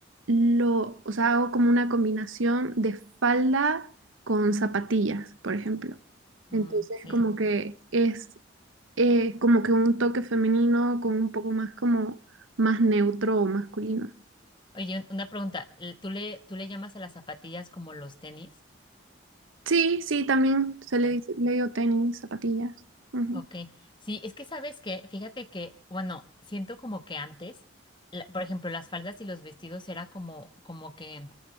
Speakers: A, on the right; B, on the left.
A: lo, o sea, hago como una combinación de falda con zapatillas, por ejemplo.
B: Mm,
A: Entonces
B: sí.
A: como que es eh, como que un toque femenino con un poco más como más neutro o masculino.
B: Oye, un- una pregunta. eh, ¿Tú le, tú le llamas a las zapatillas como los tenis?
A: Sí, sí, también se le
B: ¿Eh?
A: dice, le digo tenis, zapatillas. Ujú,
B: Ok. Sí, es que sabes que, fíjate que, bueno, siento como que antes, la- por ejemplo, las faldas y los vestidos era como, como que